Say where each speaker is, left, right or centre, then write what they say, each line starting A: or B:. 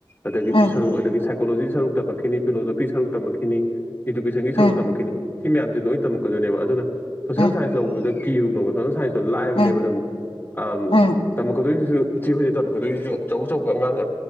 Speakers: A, on the left; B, on the left.
A: ꯑꯗꯒꯤꯗꯤ
B: ꯎꯝ
A: ꯁꯔꯨꯛ ꯑꯗꯒꯤ ꯀꯣꯂꯣꯁꯤ ꯁꯔꯨꯛꯇꯝꯃꯛꯈꯤꯅꯤ ꯐꯤꯂꯣꯖꯣꯐꯤ ꯁꯔꯨꯛ ꯇꯝꯃꯛꯈꯤꯅꯤ ꯏꯗꯨꯀꯦꯁꯟꯒꯤ
B: ꯎꯝ
A: ꯁꯔꯨꯛ ꯇꯝꯃꯛꯈꯤꯅꯤ ꯁꯤ ꯃꯌꯥꯝꯁꯦ ꯂꯣꯏ ꯇꯝꯃꯛꯀꯗꯣꯏꯅꯦꯕ ꯑꯗꯨꯅ ꯁꯣꯁꯦꯜ
B: ꯎꯝ
A: ꯁꯥꯏꯟꯁ ꯂꯧꯕꯗ ꯀꯤꯔꯨꯅꯣꯕ ꯂꯥꯏꯕꯅꯦꯕ
B: ꯎꯝ
A: ꯑ
B: ꯎꯝ
A: ꯇꯃ ꯀ <inaudible> ꯑꯗꯨꯁꯤꯁꯨ ꯊꯤꯌꯣꯔꯤꯗ ꯇꯝꯃꯛꯇꯣꯏꯁꯤꯁꯨ ꯑꯆꯧ ꯑꯆꯧꯕ ꯑꯉꯥꯡ